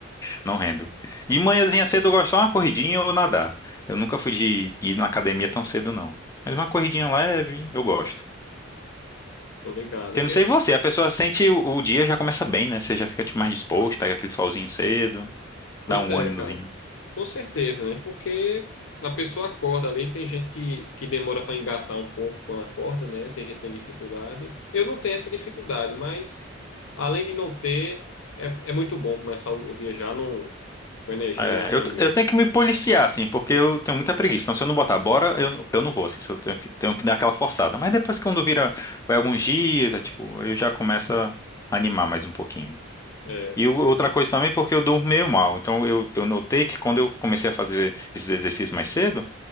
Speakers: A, on the left; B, on the left.
A: não rendo. De manhãzinha cedo eu gosto só uma corridinha ou nadar. Eu nunca fui de ir na academia tão cedo, não. Mas uma corridinha leve, eu gosto.
B: Tô ligado.
A: Eu
B: Que
A: não sei
B: é-
A: você, a pessoa sente o, o dia já começa bem, né? Você já fica tipo, mais disposto, pega aquele solzinho cedo,
B: Pois
A: dá um
B: é,
A: ânimozinho.
B: cara. Com certeza, né? Porque a pessoa acorda ali, tem gente que, que demora para engatar um pouco quando acorda, né? Tem gente que tem dificuldade. Eu não tenho essa dificuldade, mas além de não ter, é, é muito bom começar o, o dia já num, com energia
A: É,
B: a
A: eu,
B: mil.
A: eu tenho que me policiar, assim, porque eu tenho muita preguiça. Então, se eu não botar bora, eu, não- eu não vou, assim, se eu tenho que, tenho que dar aquela forçada. Mas depois que quando vira, vai alguns dias, é, tipo, eu já começo a animar mais um pouquinho.
B: É.
A: E o- outra coisa também, porque eu durmo meio mal. Então, eu, eu notei que quando eu comecei a fazer esses exercícios mais cedo,